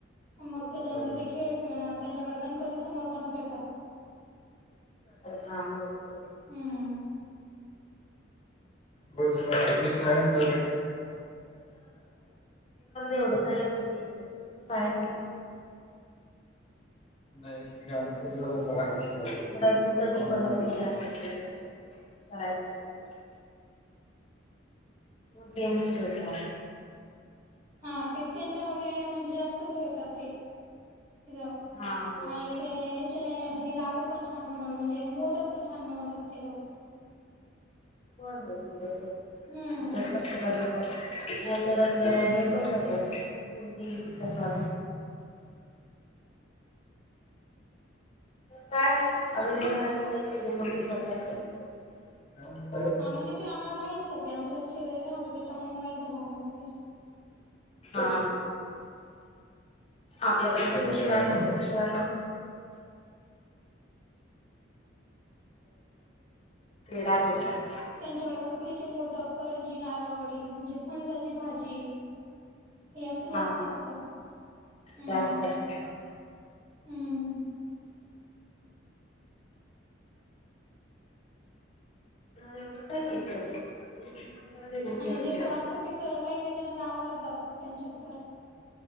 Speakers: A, on the right; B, on the left.
A: मग
B: हा
A: त्याच्यानंतर
B: हा
A: ते खेळ खेळणार त्यांच्याकडे गणपती समोर पण खेळतात.
B: हा ब ब
A: हम्म
B: म्र पिळामध्ये एवढं का बाहेर. जरा इचलकरंजी-कोल्हापूरला जास्त असतयं. कायमचं असलं तर मग तेव्हढीच करतात.
A: हा ते त्यांच्यामध्ये म्हणजे जास्त खेळतात ते तिथं
B: हा होय
A: आणि ते याचे हे लाडू पण छान बनव म्हणजे मोदक पण छान बनवतात ते लोक.
B: हो हो. तोपर्यंत
A: हम्म
B: नंतर आपलं हे पण जात. गडी तरसा. काय अवेलेबल आहे ते त्याच्यामध्येस के.
A: हा म्हणजे ते आम्हाला माहीत झालं ते आमच्या शेजारी राहत त्याच्यामुळे महीत झालं आम्हाला ते.
B: हा. आपल्यापर्यंत कशी रा रा मिळतात.
A: त्यांच्याकडे उकडीचे मोदक करंजी नारळवडी म्हणजे फणसाची भाजी. हे असं जास्त
B: हा
A: असत हम्म
B: जास्त असते हा
A: हम्म.
B: एवढं काय नाही पद्धत म्हणजे सिंधुदुर्गला वेगळी
A: आणि
B: पद्धत
A: जे
B: आहे.
A: असत ते काही काही जण गावालाच जातात त्यांच्यात तर.